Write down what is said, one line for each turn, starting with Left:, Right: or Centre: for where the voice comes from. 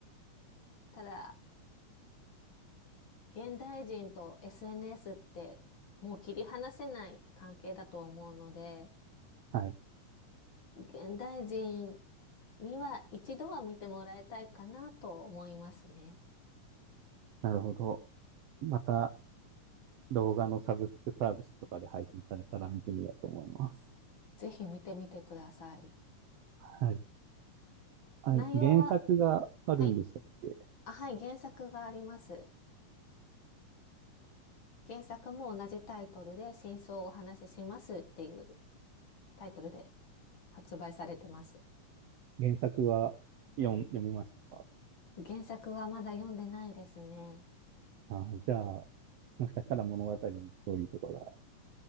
Left: ただ、現代人と SNS ってもう切り離せない関係だと思うので、
Right: はい。
Left: 現代人には一度は見てもらいたいかなと思いますね。
Right: なるほど。また、動画のサブスクサービスとかで配信されたら見てみようと思います。
Left: ぜひ見てみてください。
Right: はい。あれ、
Left: 内容は、
Right: 原作があるんでしたっけ
Left: はい。あ、はい、原作があります。原作も同じタイトルで真相をお話ししますっていうタイトルで発売されてます。
Right: 原作は読ん、読みましたか
Left: 原作はまだ読んでないですね。
Right: あー、じゃあ、もしかしたら物語のストーリーとかが